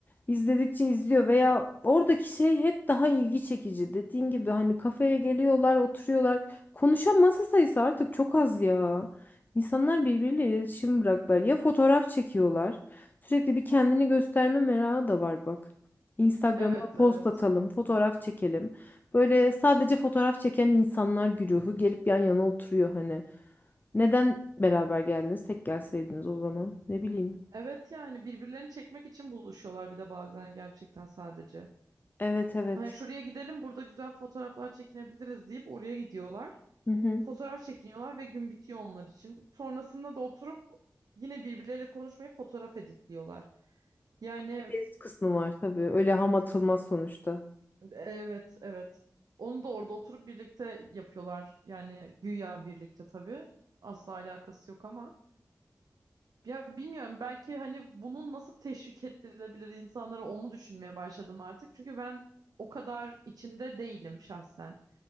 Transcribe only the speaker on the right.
Evet,
evet.
Evet yani birbirlerini çekmek için buluşuyorlar bir de bazen gerçekten sadece.
Hani şuraya gidelim burada güzel fotoğraflar çekinebiliriz deyip oraya gidiyorlar.
Fotoğraf çekiniyorlar ve gün bitiyor onlar için. Sonrasında da oturup yine birbirleriyle konuşmayıp fotoğraf editliyorlar. Yani
evet evet. Onu da orada oturup birlikte yapıyorlar. Yani güya birlikte tabii. Asla alakası yok ama. Ya bilmiyorum belki hani bunun nasıl teşvik ettirilebilir insanlara onu düşünmeye başladım artık. Çünkü ben o kadar içinde değilim şahsen.